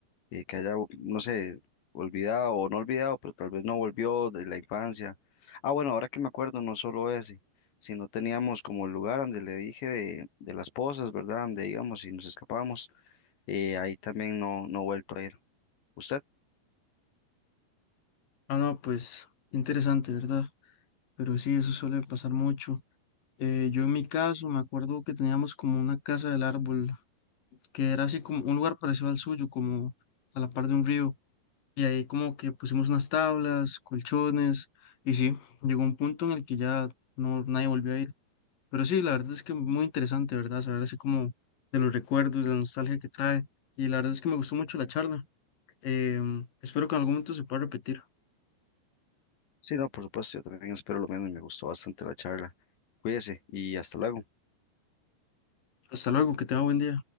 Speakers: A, on the left; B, on the left.
A: eh, que haya, no sé, olvidado o no olvidado, pero tal vez no volvió de la infancia? Ah, bueno, ahora que me acuerdo, no solo ese, sino teníamos como el lugar donde le dije de, de las pozas, ¿verdad? Donde íbamos y nos escapábamos, eh, ahí también no, no he vuelto a ir. ¿Usted?
B: Ah, no, pues interesante, ¿verdad? Pero sí, eso suele pasar mucho. Eh, yo en mi caso me acuerdo que teníamos como una casa del árbol, que era así como un lugar parecido al suyo, como a la par de un río. Y ahí como que pusimos unas tablas, colchones, y sí, llegó un punto en el que ya no, nadie volvió a ir. Pero sí, la verdad es que muy interesante, ¿verdad? Saber así como de los recuerdos, de la nostalgia que trae. Y la verdad es que me gustó mucho la charla. Em, espero que en algún momento se pueda repetir.
A: Sí, no, por supuesto, yo también espero lo mismo y me gustó bastante la charla. Cuídese y hasta luego.
B: Hasta luego, que tenga buen día.